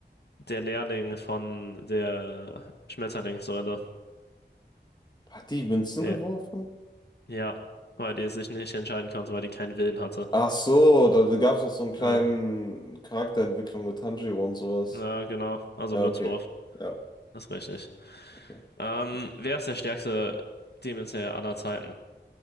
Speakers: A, on the left; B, on the left.
A: der Lehrling von der Schmetterlingssäule,
B: Hat die Münzen
A: der,
B: geworfen?
A: ja, weil die sich nicht entscheiden konnte, weil die keinen Willen hatte.
B: Ach so, da, gab es noch so einen kleinen
A: Ja,
B: Charakterentwicklung mit Tanjiro und sowas.
A: ja, genau, also
B: Ja,
A: Münzwurf,
B: okay. Ja,
A: das ist richtig.
B: okay.
A: Ähm, wer ist der stärkste Demon Slayer aller Zeiten?